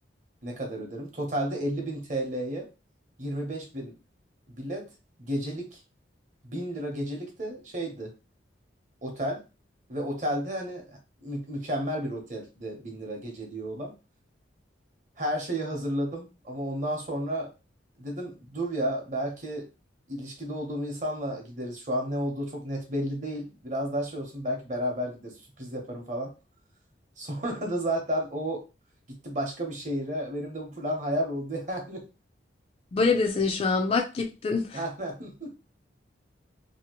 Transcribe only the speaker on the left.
Böyle desin şu an bak gittin.